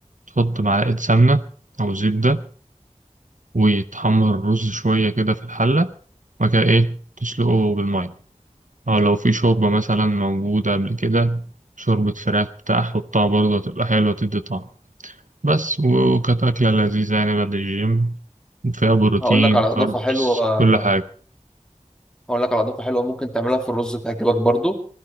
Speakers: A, on the right; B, in the centre.
A: تحط معلقة سمنة أو زبدة وتحمر الرز شوية كده في الحلة وبعد كده إيه تسلقه بالمية أو لو في شوربة مثلا موجودة قبل كده شوربة فراخ بتاع حطها برضه تبقى حلوة تدي طعم بس وكانت أكلة لذيذة يعني بعد الجيم فيها بروتين
B: هقول لك على
A: كاربس
B: اضافه حلوه
A: كل حاجة
B: هقول لك على اضافه حلوه ممكن تعملها في الرز تعجبك برضو